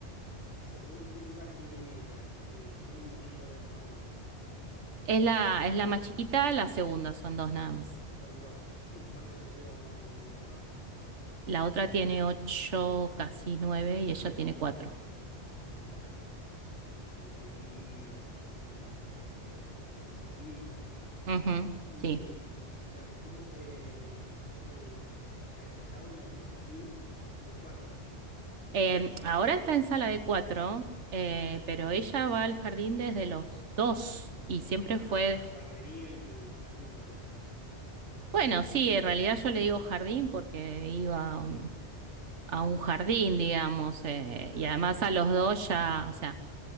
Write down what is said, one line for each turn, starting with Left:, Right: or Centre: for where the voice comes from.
Left: segundo, ¿qué lugar tiene ella? Eh, ¿qué numerito de hermano?
Right: Es la, es la más chiquita, la segunda, son dos nada más.
Left: Son dos. ¿Y cuánto se lleva con la otra?
Right: La otra tiene ocho, casi nueve, y ella tiene cuatro.
Left: Claro, hay ahí una distancia no tan seguidita.
Right: Ujú,
Left: Y
Right: sí.
Left: escúchame, ¿cómo se eh, ha empezado? Me decís jardín de cuatro.
Right: Em, ahora está en sala de cuatro, eh, pero ella va al jardín desde los dos y siempre fue,
Left: Ah, va, guardería y jardín ahora.
Right: bueno, sí, en realidad yo le digo jardín porque iba a un, a un jardín, digamos, eh,
Left: Claro.
Right: y además a los dos ya, o sea,